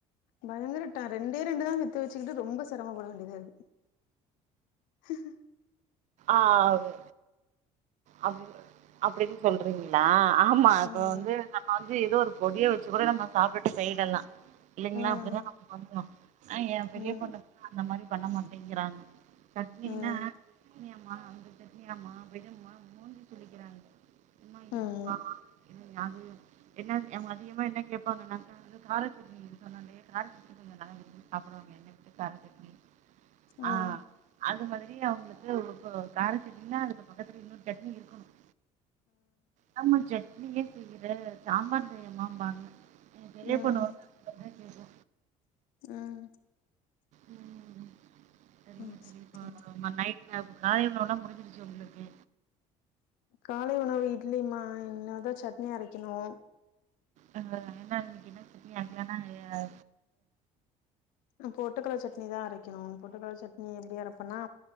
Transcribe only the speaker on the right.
ஆ து அப் அப்டின் சொல்றீங்ளா ஆமா இப்ப
வந்து நம்ம வந் து எதோ ஒரு பொடிய வச்சு கூட நம்ம சாப்பிட்டு போய்டலா இல்லைங்ளா
அப்டிதா நாம பண்ணுவோ ஆ எ பெரிய
பொண்ணுக்கு அந்த மாரி பண்ண மாட்டேங்கிறாங்க சட்னினா
சட்னியாமா அந்த சட்னியாமா விடுமா சொல்லிக்கிறாங்க அம்மா
இதுவா இது அது என்ன எ அதிகமா என்ன கேப்பாங்கனாக்கா எதோ கார‌ சட்னி‌ன் சொன்னாங்ளே கார கொஞ்ச நல்லா விரும்பி சாப்டுவாங்க எண்ண விட்டு காரச்சாட்னி
ஆ அது மாத்ரி அவுங்ளுக்கு இப்ப கார செட்னினா அதுக்கு பக்கத்துல இன்னொரு சட்னி இருக்கணு <unintelligible> சட் இத ஏ செய்றே சாம்பார் செய்யமாம்பாங்க எ பெரிய
பொண்ணு வந்து கேக்கு
ம் செரிங்க
<unintelligible>
நை <unintelligible> முடிஞ்சிருச்சு உங்ளுக்கு
ஆ என்ன இன்னக்கி என்ன சட்னி அரைக்லானா ஆ